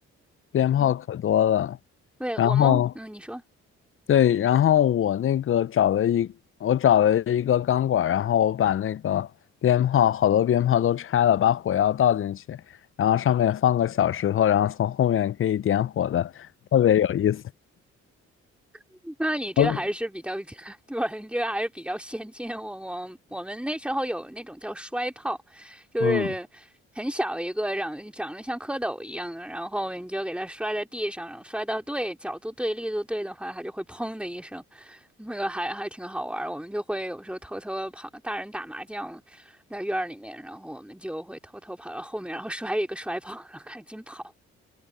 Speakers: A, on the left; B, in the centre.
A: 鞭炮可多了，
B: 嗯，对，
A: 然后
B: 我们，嗯，你说。
A: 对，然后我那个找了一，我找了一个钢管，然后我把那个鞭炮，好多鞭炮都拆了，把火药倒进去，然后上面放个小石头，然后从后面可以点火的，特别有意思。
B: <laughs> 那你这还是比较，
A: 我
B: <laughs> 对，你这个还是比较先进。我我我们那时候有那种叫摔炮，就是很小一个长长得像蝌蚪一样的，
A: 嗯，嗯
B: 然后你就给它摔在地上，然后摔到对角度对力度对的话，它就会砰的一声，那个还还挺好玩儿。我们就会有时候偷偷的跑，大人打麻将在院儿里面，然后我们就会偷偷跑到后面，然后摔一个摔炮，然后赶紧跑，